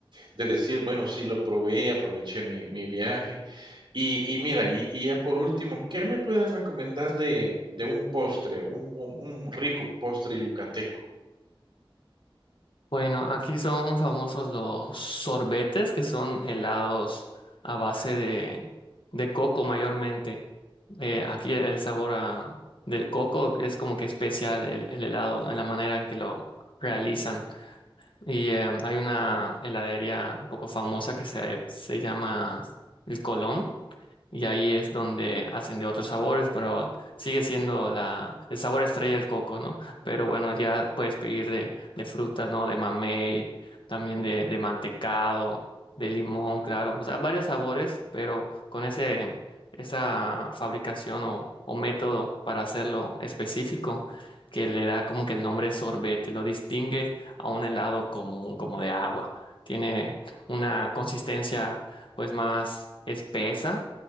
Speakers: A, on the right; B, on the left.
A: de decir, bueno, sí lo probé, aproveché mi, mi viaje. Y, y mira, y, y ya por último, ¿qué me puedes recomendar de, de un postre, un, un un rico postre yucateco?
B: Bueno, aquí son famosos los sorbetes, que son helados a base de, de coco mayormente. Eh, aquí el sabor ah, del coco es como que especial el, el helado en la manera en que lo realizan. Y eh, hay una heladería un poco famosa que se, se llama El Colón y ahí es donde hacen de otros sabores, pero sigue siendo la, el sabor estrella el coco, ¿no? Pero bueno, ya puedes pedir de, de frutas, ¿no? De mamey, también de, de mantecado, de limón, claro, o sea, varios sabores, pero con ese, esa fabricación o, o método para hacerlo específico. que le da como que el nombre sorbete, lo distingue a un helado común, como de agua. Tiene una consistencia pues más espesa